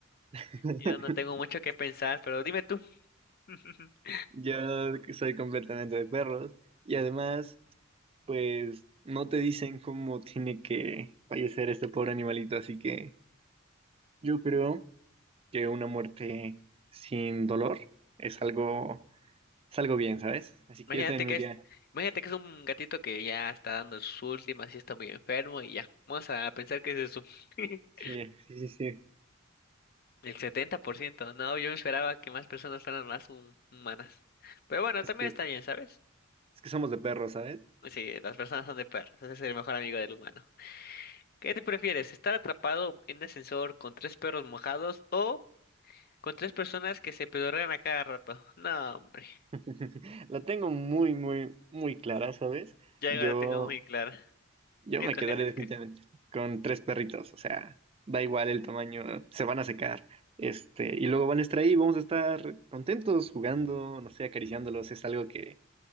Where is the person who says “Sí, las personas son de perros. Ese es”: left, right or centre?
Left